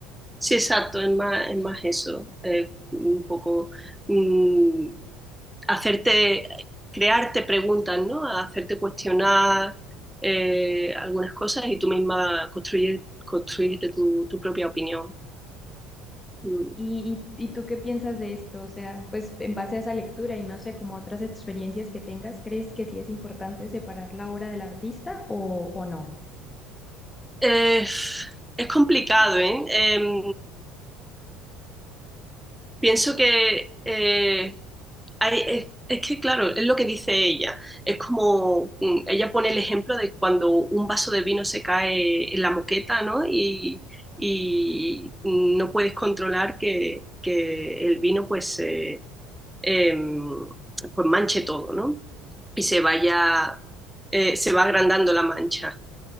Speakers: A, in the centre; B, on the left.
A: sí, exacto, es más, es más eso, eh, un poco mm, hacerte, crearte preguntas, ¿no? Hacerte cuestionar eh, algunas cosas y tú misma construir, construirte tu, tu propia opinión. Mm.
B: ¿Y, y, y tú qué piensas de esto? O sea, pues en base a esa lectura y no sé, como otras experiencias que tengas, ¿crees que sí es importante separar la obra del artista o, o no?
A: Eh, es complicado, ¿eh? Em, pienso que eh, hay- es, es que, claro, es lo que dice ella. Es como, mm, ella pone el ejemplo de cuando un vaso de vino se cae en la moqueta, ¿no? Y, y no puedes controlar que, que el vino, pues, eh, em, pues manche todo, ¿no? Y se vaya, eh, se va agrandando la mancha